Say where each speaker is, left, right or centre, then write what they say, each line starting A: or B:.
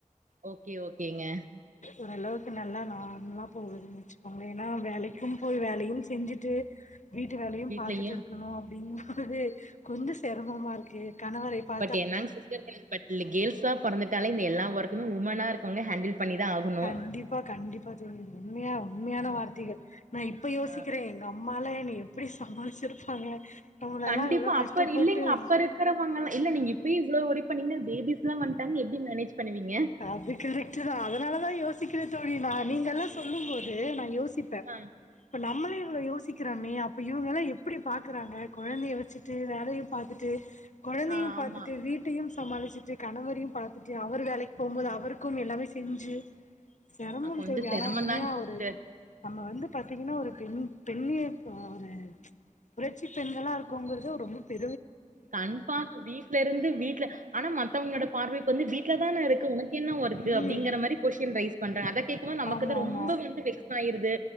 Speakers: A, on the right; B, on the left.
A: ஓக்கே ஓக்கேங்க
B: ஒரளவுக்கு நல்லா நார்மலா போகுதுன் வெச்சி அங்கைனா வேலைக்கும் போய் வேலை. யும் செஞ்சிட்டு. வீட்டு வேலையும்
A: வீட்லயு
B: பாத்திட்டு இருக்கணும் அப்டின். ஹுஹுஹே கொஞ்சம் செரமமாருக்கு கணவரைப் பார்க
A: பட் என்னாங் சிஸ்டர் பண்றது பட் இல்ல கேள்ஸா பொறந்துட். டாலே இந்த எல்லா வொர்க்குமே உமனா இருப்பாங்க ஹேண்டில். பண்ணிதா ஆகணு
B: கண்டிபா கண்டிபா தோழி உண்மையா உண்மையான
A: ஆ
B: வார்தைகள் நா இப்ப யோசிக்கிறேன்
A: ஆ.
B: எங்கம். மால என்ன எப்டி சமாளிச்சிருப்பாங்க. நம்மளெல்லா
A: கண்டிப்பா
B: எவ்ளோ கஷ்டப்பட்டு
A: அப்பர் இல்லிங்க
B: ஐயோ
A: அப்ப இருக்கிறவங்கெல்லா இல்ல நீங்க இப்பயே இவ்ளோ வொரி. பண்ணிங்ணா பேபிஸ்லாம் வந்துட்டாங்கனா எப்டி மேனேஜ். பண்ணுவீங்க
B: அது கரெக்டு தான் அதனால தான் யோசி. சிக்ரே தோழி நான் நீங்கெல்லாம் சொல்லும் போது நா யோசி. திப்ப
A: ஆ
B: இப்ப நம்மளே இவ்வளவு யோசிக்க இருக்கறமே அப்ப இவங்க எல்லாம் எப்படி பாக்குறாங்க குழந்தைய வச்சுட்டு வேலையும் பார்த்துட்டு குழந்தையும்
A: ஆ,
B: பார்த்திட்டு
A: ஆமா
B: வீட்டையும் சமாளிச்சுட்டு கணவரையும் பார்த்துட்டு அவர் வேலை போகும்போது அவருக்கும் எல்லாமே செஞ்சு செரமம்
A: கொஞ்சோ
B: தோழியா
A: செரமந்தாங்க
B: ஆனா உண்மையா
A: சிஸ்டர்
B: ஒரு நம்ம வந்து பாத்தீங்கன்னா ஒரு பெண் பெண்மை பாரே புரட்சி பெண்களா இருக்கும்போது ரொம்ப பெ
A: கண்ஃபாம் வீட்ல இருந்து வீட்ல ஆனா மத்தவங்களோட பார்வ வந்து வீட்ல தான இருக்கு உனக்கு என்ன னு ஒருக்கு
B: ம்.
A: அப்படிங்கிற மாரி கொஸ்டின் ரைஸ் பண்றாங்க கேக்குமோ நமக்குதா
B: ஆமா,
A: ரொம்ப
B: ஆமா.
A: வந்து வெக்ஸ் ஆயிரு இது